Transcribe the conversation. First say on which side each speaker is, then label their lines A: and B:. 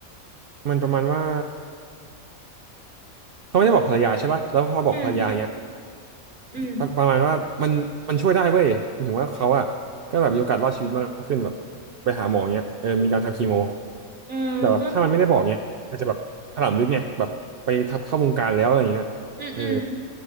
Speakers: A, on the right (about 60°); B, on the right (about 40°).
A: มันประมาณว่าเขาไม่ได้บอกภรรยาใช่ป่ะแล้วพอบอกภรรยาเนี้ย
B: อืมอืม
A: ประประมาณว่ามันมันช่วยได้เว้ยหมายถึงว่าเขาอะก็แบบมีโอกาสรอดชีวิตมากขึ้นแบบไปหาหมอเงี้ยเออมีการทำคีโม
B: เออก็
A: แต่แบบถ้ามันไม่ได้บอกเงี้ยอาจจะแบบถลำลึกเนี่ยแบบไปทับเข้าวงการแล้วอะไรเงี้ยเออ
B: อืมอืม